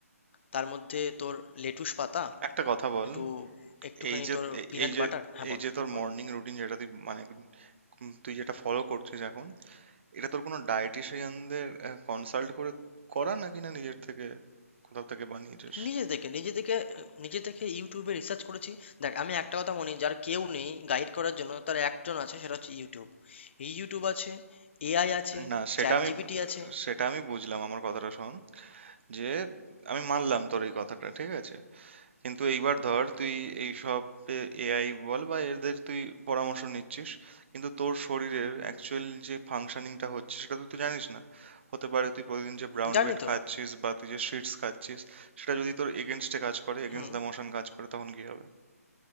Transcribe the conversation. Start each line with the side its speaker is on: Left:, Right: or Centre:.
Left: তার মধ্যে তোর লেটুস পাতা
Right: একটা কথা বল
Left: একটু একটুখানি
Right: এই যে
Left: তোর
Right: এ-
Left: পিনাট
Right: এই যে
Left: বাটার হ্যাঁ
Right: এই
Left: বল
Right: যে তোর
Left: বল
Right: মর্নিং রুটিন যেটা তুই মানে উম তুই যেটা ফলো করছিস এখন এটা তোর কোনো ডায়েটিশিয়ানদের কনসাল্ট করে করা নাকি না নিজের থেকে কোথাও থেকে বানিয়েছিস
Left: নিজে থেকে নিজে থেকে নিজে থেকে ইউটিউবে রিসার্চ করেছি দেখ আমি একটা কথা মনে যার কেউ নেই গাইড করার জন্য তার একজন আছে সেটা হচ্ছে ইউটিউব ইউটিউব আছে এআই আছে
Right: না সেটা
Left: চ্যাট
Right: আমি
Left: জিপিটি আছে
Right: সেটা আমি বুঝলাম আমার কথাটা শোন যে আমি মানলাম তোর এই কথাটা ঠিক আছে কিন্তু এইবার ধর তুই এই সব এআই বল বা এদের তুই পরামর্শ নিচ্ছিস কিন্তু তোর শরীরের অ্যাকচুয়াল যে ফাংশনিংটা হচ্ছে সেটা তো তুই জানিস না হতে পারে তুই প্রতিদিন যে ব্রাউন
Left: জানি
Right: ব্রেড
Left: তো
Right: খাচ্ছিস বা তুই যে শিটস খাচ্ছিস সেটা যদি তোর এগেনস্টে কাজ করে এগেনস্ট
Left: হুম
Right: দ্য মোশন কাজ করে তখন কি হবে